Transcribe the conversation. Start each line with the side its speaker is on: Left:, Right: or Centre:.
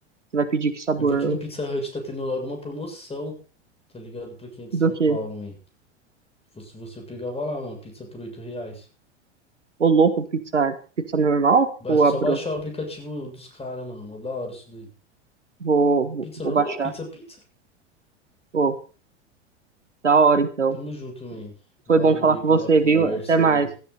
Right: Você vai pedir que sabor
Left: Eu vi que
Right: hoje?
Left: no Pizza Hut tá tendo logo uma promoção, tá ligado? Pra quem é de São
Right: Do quê?
Left: Paulo, man. Se fosse você, eu pegava lá, mano, pizza por 8 reais.
Right: Ô, louco, pizza, pizza normal?
Left: É
Right: ou
Left: só
Right: abro.
Left: baixar o aplicativo dos caras, mano. Mó da hora isso daí.
Right: Vou, vou,
Left: Pizza
Right: vou
Left: normal,
Right: baixar.
Left: pizza, pizza.
Right: Pô, da hora então.
Left: Tamo junto, man. Valeu
Right: Foi bom falar
Left: aí
Right: com
Left: pela
Right: você,
Left: conversa
Right: viu? Até mais.
Left: aí.